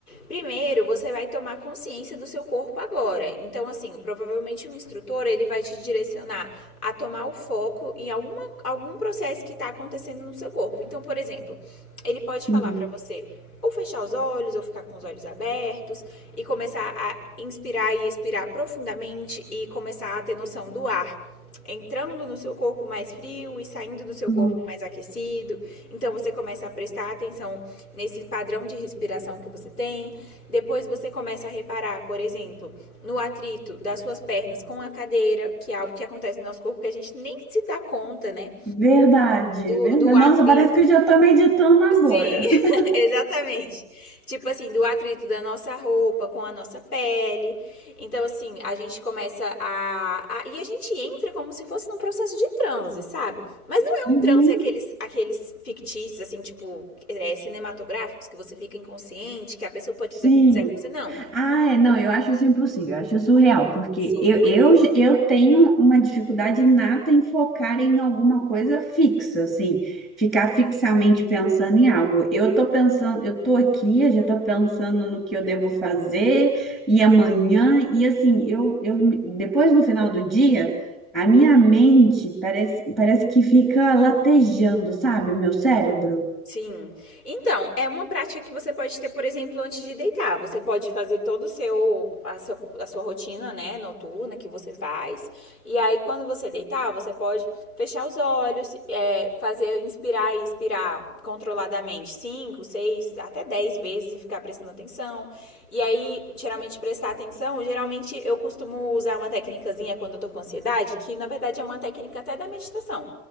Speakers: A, on the left (about 90°); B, in the centre.
A: Primeiro, você vai tomar consciência do seu corpo agora. Então, assim, provavelmente um instrutor, ele vai te direcionar a tomar o foco em alguma, algum processo que está acontecendo no seu corpo. Então, por exemplo, ele pode falar
B: Hum.
A: para você ou fechar os olhos, ou ficar com os olhos abertos, e começar a inspirar e expirar profundamente, e começar a ter noção do ar entrando no seu corpo mais frio e saindo do seu
B: Hum,
A: corpo mais aquecido. Então você começa a prestar atenção nesse padrão de respiração que você tem. Depois você começa a reparar, por exemplo, no atrito das suas pernas com a cadeira, que é algo que acontece no nosso corpo que a gente nem se dá conta, né?
B: Verdade,
A: Do,
B: verdade.
A: do atrito
B: Nossa, parece que eu já estou meditando agora.
A: Sim, <laughs>
B: <laughs>
A: exatamente. Tipo assim, do atrito da nossa roupa com a nossa pele. Então, assim, a gente começa a, a- E a gente entra como se fosse num processo de transe, sabe? Mas não é
B: Uhum.
A: um transe aqueles, aqueles fictícios, assim, tipo, é, cinematográficos, que você fica inconsciente, que a pessoa pode
B: Sim.
A: fazer o que quiser com você. Não.
B: Ah, é, não, eu acho isso impossível, eu acho surreal, porque
A: Sim.
B: eu, eu, eu tenho uma dificuldade nata em focar em alguma coisa fixa, assim, ficar fixamente pensando em algo. Eu tô pensando, eu tô aqui, eu já tô pensando no que eu devo fazer, e amanhã, e assim, eu, eu me- depois no final do dia, a minha mente parece, parece que fica latejando, sabe, meu cérebro?
A: Sim. Então, é uma prática que você pode ter, por exemplo, antes de deitar. Você pode fazer todo o seu a, seu, a sua rotina, né, noturna que você faz. E aí, quando você deitar, você pode fechar os olhos, é, fazer inspirar e expirar controladamente 5, 6, até 10 vezes e ficar prestando atenção. E aí, geralmente prestar atenção, geralmente eu costumo usar uma técnicazinha quando eu tô com ansiedade, que na verdade é uma técnica até da meditação.